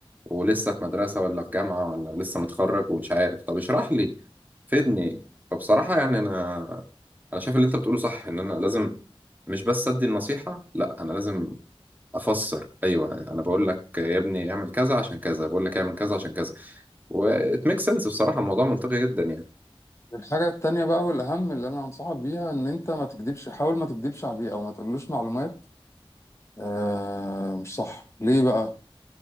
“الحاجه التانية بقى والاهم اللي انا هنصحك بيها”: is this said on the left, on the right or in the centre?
Left